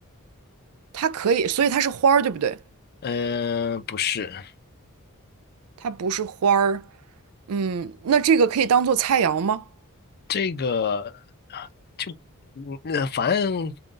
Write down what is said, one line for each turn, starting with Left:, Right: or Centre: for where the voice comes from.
Right: 它可以，所以它是花儿，对不对？
Left: 呃，不是。
Right: 它不是花儿。嗯，那这个可以当做菜肴吗？
Left: 这个啊，就嗯，呃反正